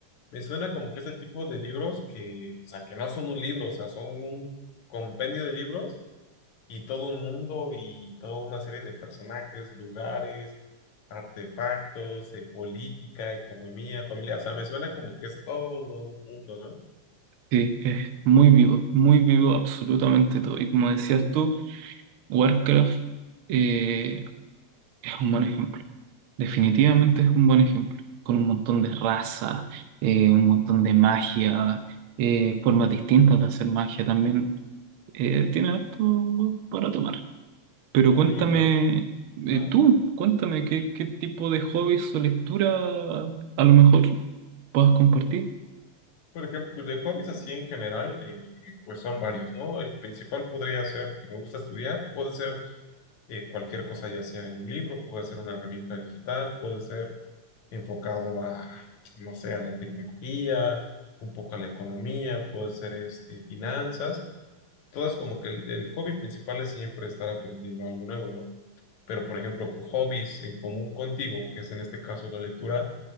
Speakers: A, on the left; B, on the right.
A: Me suena como que este tipo de libros que, o sea, que no son un libro, o sea, son un compendio de libros y todo un mundo y toda una serie de personajes, lugares, artefactos, eh, política, economía, familia. O sea, me suena como que es todo un mundo, ¿no?
B: Sí, es muy vivo, muy vivo absolutamente todo. Y como decías tú, Warcraft eh, es un buen ejemplo. Definitivamente
A: Ujú.
B: es un buen ejemplo, con un montón de raza, eh, un montón de magia, eh, formas distintas de hacer magia también. Eh, tiene harto para tomar. Pero cuéntame,
A: Oye, pero,
B: eh,
A: ajá.
B: tú, cuéntame qué, qué tipo de hobbies o lectura a lo mejor puedas compartir.
A: Por ejemplo, pues, de hobbies así en general, eh, pues son varios, ¿no? El principal podría ser que me gusta estudiar, puede ser eh, cualquier cosa, ya sea en un libro, puede ser una herramienta digital, puede ser enfocado a, no sé, a la tecnología, un poco a la economía, puede ser este, finanzas. todas como que el, el hobby principal es siempre estar aprendiendo algo nuevo, ¿no? Pero, por ejemplo, co- hobbies en común contigo, que es en este caso la lectura,